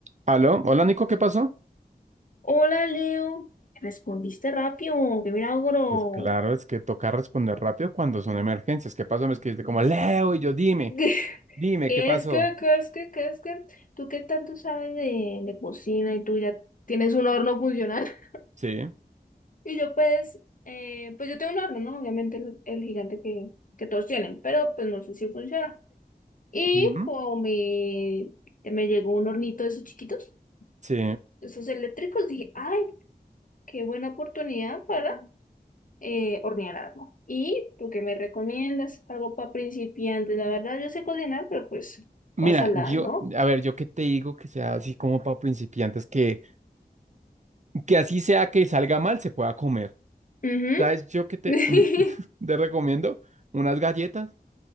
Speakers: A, on the right (about 45°); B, on the left (about 50°).
A: Aló, hola Nico, ¿qué pasó?
B: Hola, Leo. Respondiste rápido, qué milagro.
A: Pues claro, es que toca responder rápido cuando son emergencias. ¿Qué pasó? Me escribiste como Leo y yo, dime,
B: <laughs>
A: dime,
B: Es
A: ¿qué pasó?
B: que, que, es que, que, es que, tú qué tanto sabes de, de cocina y tú ya tienes un horno funcional. <laughs>
A: Sí,
B: Y yo pues, eh, pues yo tengo un horno, ¿no? Obviamente el, el gigante que, que todos tienen, pero pues no sé si funciona. Y
A: Ujú,
B: como me, me llegó un hornito de esos chiquitos,
A: Sí.
B: esos eléctricos, dije, ay, qué buena oportunidad para eh, hornear algo. ¿Y tú qué me recomiendas? Algo para principiantes. La verdad, yo sé cocinar, pero pues, cosa
A: mira,
B: la,
A: yo,
B: ¿no?
A: a ver, yo qué te digo que sea así como para principiantes, que, que así sea que salga mal, se pueda comer.
B: Ujú.
A: ¿Sabes? Yo que te,
B: <laughs>
A: mm, <laughs> te recomiendo unas galletas,